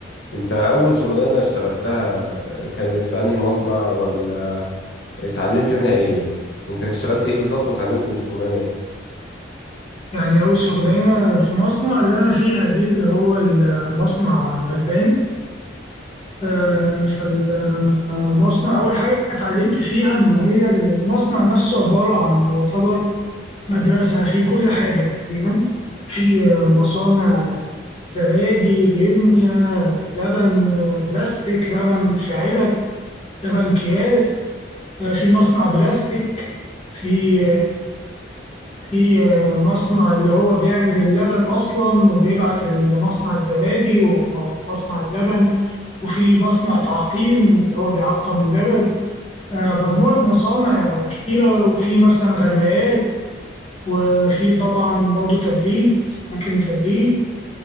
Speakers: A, on the left; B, on the left.
A: انت اول شغلانه اشتغلتها آه، كانت في انهي مصنع ولا اتعلمت منها ايه يعني انت اشتغلت ايه بالظبط واتعلمت من الشغلانه ايه
B: يعني أول شغلانة في مصنع اللي أنا فيها دي اللي هو المصنع الألباني آه، فالمصنع أول حاجة اتعلمت فيها إن هي المصنع نفسه عبارة عن يعتبر مدرسة في كل حاجة تقريبا في مصانع زبادي جبنة لبن بلاستيك لبن في علب لبن أكياس في مصنع بلاستيك في في مصنع اللي هو بيعمل اللبن أصلا وبيبعت لمصنع الزبادي ومصنع اللبن وفي مصنع تعقيم اللي هو بيعقم اللبن مجموعة مصانع كتيرة وفي مثلا غلايات وفي طبعا برضو تبريد أماكن تبريد